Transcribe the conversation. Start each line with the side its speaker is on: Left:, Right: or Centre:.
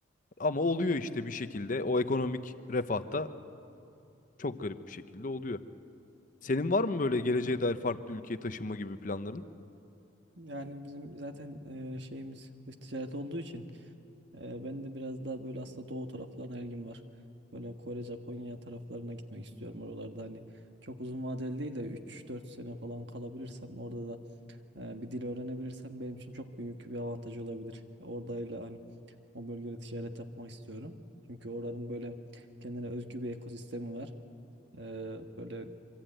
Left: Ama oluyor işte bir şekilde o ekonomik refahta Çok garip bir şekilde oluyor. Senin var mı böyle geleceğe dair farklı ülkeye taşınma gibi planların?
Right: Yani bizim zaten e, şeyimiz dış ticaret olduğu için Ee, ben de biraz daha böyle aslında doğu taraflarına ilgim var. Böyle Kore, Japonya taraflarına gitmek istiyorum. Oralarda hani çok uzun vadeli değil de üç dört sene falan kalabilirsem orada da e, bir dil öğrenebilirsem benim için çok büyük bir avantaj olabilir. Oradayla hani o bölgede ticaret yapmak istiyorum. Çünkü oranın böyle kendine özgü bir ekosistemi var. Ee, böyle